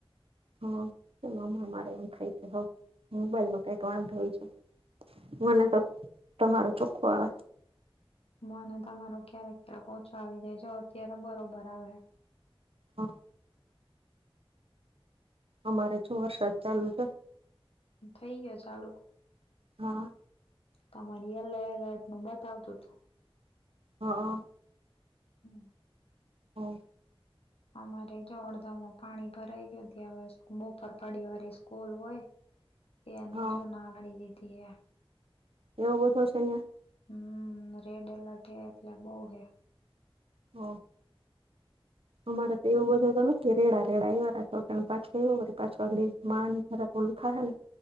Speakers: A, on the right (about 75°); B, on the left (about 80°).
A: હા કેમ હમણાં મારે એમ થાય કે હ મોબાઈલમાં કઈક વાંધો હોય છે. મને તો તમારો ચોખ્ખું આવે.
B: મને તમારો ક્યારેક ક્યારેક ઓછો આવી જાય. જો અત્યારે બરોબર આવે હે.
A: હા. અમારે તો વરસાદ ચાલુ છે.
B: થઇ ગયો ચાલુ.
A: હા.
B: તમારી યેલો એલર્ટ નું બતાવતું તું.
A: હા.
B: હમ્મ.
A: હા.
B: અમારે જો અડધામાં માં પાણી ભરાઈ ગયા. હવે બપર પડી વાળી સ્કૂલ હોય. તે એને
A: હા
B: જો ના પાડી દીધી એ.
A: એવો હોતો છે યે
B: હમ્મ રેડ એલર્ટ હે એટલે બઉ હોયા.
A: હ અમારે તો એવું બધા હતો ન કે રેડા રેડા એવા રાખો કારણ પાછવારી પાછવાડી મારા ઓલું થા ને